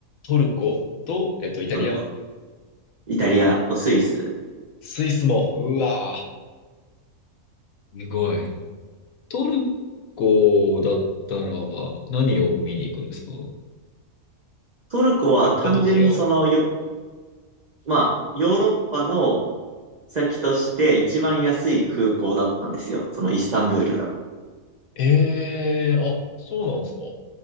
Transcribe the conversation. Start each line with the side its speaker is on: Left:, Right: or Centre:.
Left: トルコと、えっと、イタリア。
Right: トルコ、イタリアとスイス。
Left: スイスも、うわぁ。すごい。トルコだったら何を見に行くんですか
Right: トルコは単純にそのよ、
Left: カッパドキア。
Right: まあ、ヨーロッパの先として一番安い空港だったんですよ。そのイスタンブールが。
Left: ええーあ、そうなんですか。